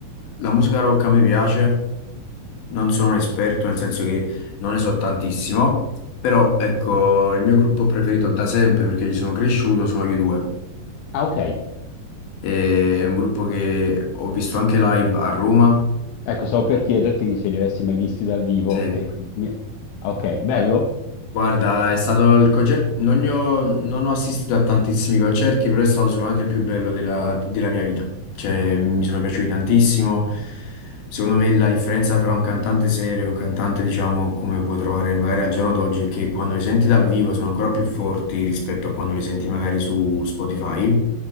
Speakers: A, on the left (about 70°); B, on the left (about 85°).
A: la musica rock a me piace, non sono un esperto, nel senso che non ne so tantissimo, però ecco, il mio gruppo preferito da sempre, perché ci sono cresciuto, sono gli U2.
B: Ah, ok.
A: E È un gruppo che ho visto anche live a Roma,
B: Ecco, stavo per chiederti se li avessi mai visti dal vivo.
A: sì,
B: Eh, quindi mi- Ah, Ok, bello?
A: Guarda, è stato il concerto, non, ne ho non ho assistito a tantissimi concerti, però è stato sicuramente il più bello della, della mia vita. Cioè, mi sono piaciuti tantissimo. Secondo me la differenza tra un cantante serio e un cantante, diciamo, come puoi trovare magari al giorno d'oggi, è che quando li senti dal vivo sono ancora più forti rispetto a quando li senti magari su Spotify.